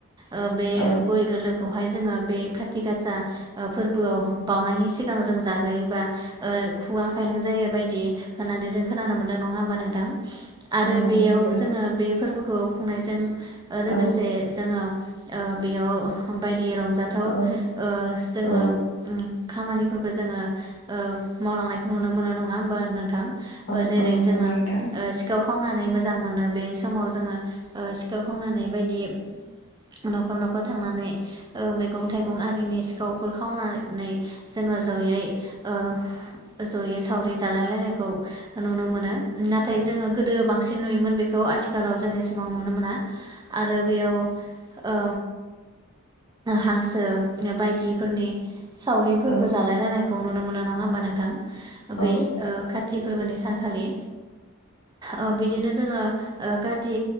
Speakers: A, on the right; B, on the left.
A: ओ बे
B: औ
A: गय गोरलैखौ ओमफ्राय जोंङो बे काति गासा <unintelligible> फोरबोआव बाउनायनि सिगां जों जाग्रोयोबा ओ खुगा खायलें जायो बायदि होननानै जों खोनानो मोनदों। नङा होमबा नोंथां आरो
B: नंगौ
A: बेयाव
B: नोंथां
A: जोंङो बे फोरबोखौ खुंनायजों ओ लोगोसे
B: औ
A: जोङो ओ बेयाव बायदि रंजा जाथाव ओ
B: औ
A: जोङो
B: औ
A: उम खामानि फोरबो जोंङो ओ मावलांनायखौ नुनो मोनो नंङा होमबा नोंथां
B: औ औ
A: जोङो
B: औ
A: ओ
B: औ औ
A: सिखाव खावनानै मोजां मोनो बे समाव जोङो ओ सिखाव खावनानै बायदि नखर नखर थांनानै ओ मैगं थाइगं आरिनि दाउफोर खावनानै नै जोङो जयै ओ जयै सावरि जालायलायनायखौ नुनो मोनो नाथाय जोङो गोदो बांसिन नुयोमोन बेखौ खौ आथिखालाव <unintelligible> गोबां नुनो मोना आरो बेयाव ओ हांसो बायदिफोरनि सावरिफोरबो
B: औ
A: जालाय लायनाय खौ नुनो मोनो नङा होमबा नोंथां
B: औ
A: बेस ओ खाथि फोरबोनि सानखालि ओ बिदिनो जोङो ओ काति